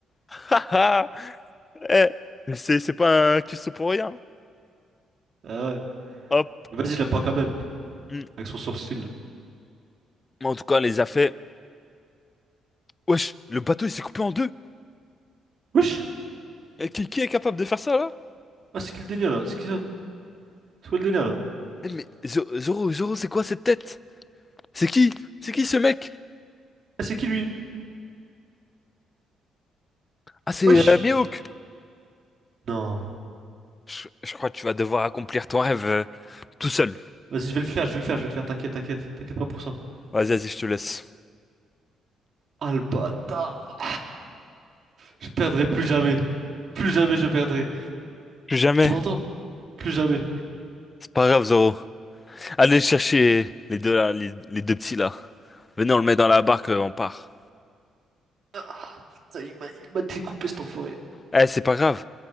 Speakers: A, on the left; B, on the right.
A: vas-y. <laughs> Eh, c'est c'est pas un cuistot pour rien.
B: Ah ouais.
A: Hop.
B: Mais Vas-y, je l'aime pas quand même.
A: Hmm.
B: Avec son sourcil là.
A: Mais En tout cas, on les a fait. Wesh, le bateau il s'est coupé en deux.
B: Wesh!
A: Eh, Qui, qui est capable de faire ça là?
B: Ah c'est qui le délire là? C'est qui ça? C'est quoi le délire là?
A: Eh, mais Zo- Zoro, Zoro, c'est quoi cette tête? C'est qui? C'est qui ce mec?
B: Ah c'est qui lui?
A: Ah, c'est
B: Wesh!
A: euh, Mihawk.
B: Non.
A: Je, je crois que tu vas devoir accomplir ton rêve euh, tout seul.
B: Vas-y, je vais le faire, je vais le faire, je vais le faire, t'inquiète, t'inquiète, t'inquiète pas pour ça.
A: Vas-y, vas-y, je te laisse.
B: Ah le bâtard! Je perdrai plus jamais. Plus jamais je perdrai.
A: Plus jamais.
B: Tu m'entends? Plus jamais.
A: C'est pas grave, Zoro. Allez chercher les deux là, les, les deux petits là. Venez, on le met dans la barque, euh, on part.
B: Ah, ça, il m'a il m'a découpé cet enfoiré.
A: Eh, c'est pas grave.